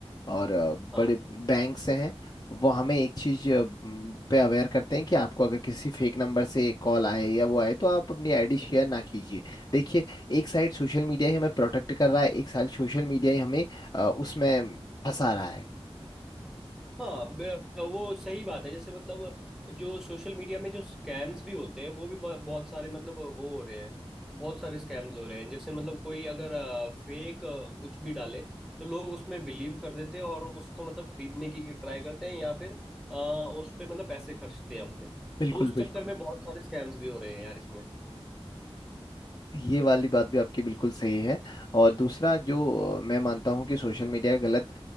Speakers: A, on the left; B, in the centre.
A: और अ, बड़े
B: हाँ
A: बैंक से हैं वो हमें एक चीज़ अ, म, पे अवेयर करते हैं कि आपको अगर किसी फेक नंबर से कॉल आए या वो आए तो आप अपनी आईडी शेयर ना कीजिए देखिए एक साइड सोशल मीडिया ही हमें प्रोटेक्ट कर रहा है एक साइड सोशल मीडिया ही हमें अ, उसमें फंसा रहा है
B: हाँ बे- वो सही बात है जैसे मतलब जो सोशल मीडिया में जो स्कैम्स भी होते हैं वो भी ब- बहुत सारे मतलब वो हो रहे हैं बहुत सारे स्कैम्स हो रहे हैं जैसे मतलब कोई अगर फेक कुछ भी डाले तो लोग उसमें बिलीव कर देते हैं और उसको मतलब खरीदने की ट्राई करते हैं या फिर अ, उस पे मतलब पैसे खर्चते हैं अपने
A: बिल्कुल
B: तो उस
A: बिल्कुल
B: चक्कर में बहुत सारे स्कैम्स भी हो रहे हैं यार इसमें
A: ये वाली बात भी आपकी बिल्कुल सही है और दूसरा जो अ, मैं मानता हूँ कि सोशल मीडिया का गलत